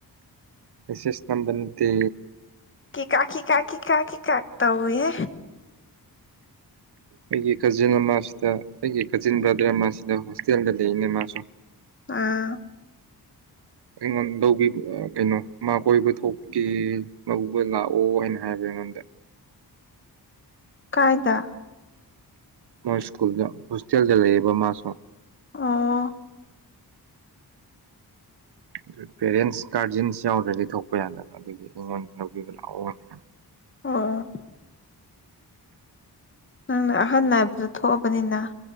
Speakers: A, on the right; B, on the left.
A: ꯁꯦꯁ ꯅꯝꯕꯇ
B: ꯀ ꯀꯥꯀꯤ ꯀꯥꯀꯤ ꯀꯥꯀꯤ ꯀꯥꯥꯛ ꯇꯍꯦ
A: ꯑꯩꯒꯤ ꯀꯖꯤꯟ ꯑꯃꯁꯤꯗ ꯑꯩꯒꯤ ꯀꯖꯤꯟ ꯕ꯭ꯔꯥꯗꯔ ꯑꯃꯁꯤꯗ ꯍꯣꯁꯇꯦꯜꯗ ꯂꯩꯏꯅꯦ ꯃꯥꯁꯨ
B: ꯑꯥ
A: ꯑꯩꯉꯣꯟꯗꯧꯕꯤ ꯀꯩꯅꯣ ꯃꯥ ꯀꯣꯏꯕ ꯊꯣꯛꯀꯦ ꯂꯧꯕ ꯂꯥꯛꯑꯣ ꯍꯥꯏꯅ ꯍꯥꯏꯕ ꯅꯗ <inaudible>
B: ꯀꯥꯏꯗ
A: ꯃꯣꯏ ꯁ꯭ꯀꯨꯜ ꯍꯣꯁꯇꯦꯜꯗ ꯂꯩꯌꯦꯕ ꯃꯥ ꯁꯣ
B: ꯑꯣ
A: ꯑꯗꯨ ꯄꯦꯔꯦꯟꯁ ꯒꯥꯔꯖꯤꯟꯁ ꯌꯥꯎꯗ꯭ꯔꯗꯤ ꯊꯣꯛꯄ ꯌꯥꯗꯕ ꯑꯗꯨꯒꯤ ꯑꯩꯉꯣꯟꯁꯨ ꯂꯧꯕꯤꯕ ꯂꯥꯛꯑꯣꯅꯦ
B: ꯑꯣ ꯅꯪꯅ ꯑꯍꯟ ꯅꯥꯏꯕꯗ ꯊꯣꯛꯑꯕꯅꯤꯅ